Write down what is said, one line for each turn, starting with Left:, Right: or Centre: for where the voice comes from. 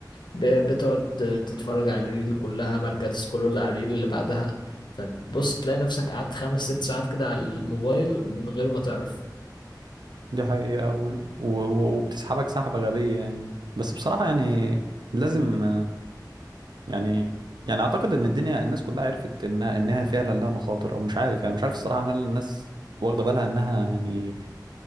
Left: بتقعد تتفرج على الريل كلها بعد كده تسكرول على الريل اللي بعدها فتبص تلاقي نفسك قعدت خمس ست ساعات كده على الموبايل من غير ما تعرف
Right: دي حقيقة و... و... وبتسحبك سحبة غبية يعني بس بصراحة يعني لازم يعني يعني اعتقد ان الدنيا الناس كلها عرفت انها انها فعلا لها مخاطر او مش عارف يعني مش عارف الصراحه هل الناس واخده بالها انها يعني